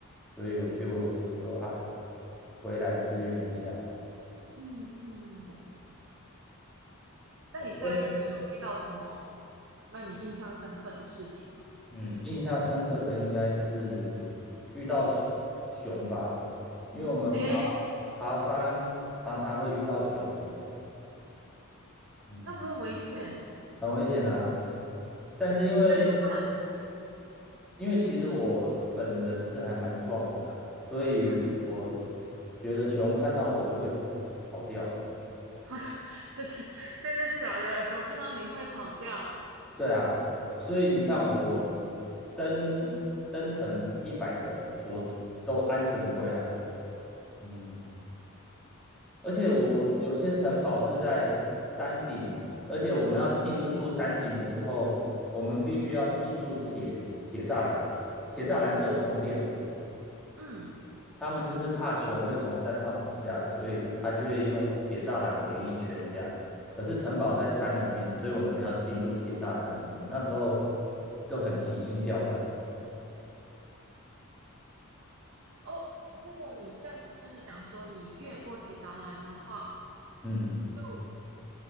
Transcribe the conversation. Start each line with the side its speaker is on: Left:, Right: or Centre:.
Centre: 所以我就想说啊，回来支援一下
Right: 嗯嗯，那你在日本有遇到什么
Centre: 啊。不过，
Right: 让你印象深刻的事情吗？
Centre: 嗯，印象深刻的应该是遇到熊熊吧，因为我们爬
Right: 诶，
Centre: 爬山常常会遇到熊哦，嗯，
Right: 那不是危险，
Centre: 很危险啊。但是因为
Right: 那怎么办？
Centre: 因为其实我本人是还蛮壮的啦，所以我
Right: 嗯，
Centre: 觉得熊看到我都会跑掉。
Right: 我 <laughs> 真的真的假的？熊看到你会跑掉？
Centre: 对啊，所以你看我登登城一百个，我都安全归来。嗯，而且我有些城堡是在山顶，而且我们要进入山顶的时候，我们必须要进入铁铁栅栏欸铁栅栏是有通电的。
Right: 嗯
Centre: 他们就是怕熊会从山上跑下来，所以他就会用铁栅栏围一圈这样。
Right: 嗯
Centre: 可是城堡在山里面，所以我们要进入铁栅栏里面。那时候都很提心吊胆。
Right: 哦，如果你这样子就是想说你越过铁栅栏的话，
Centre: 嗯，
Right: 就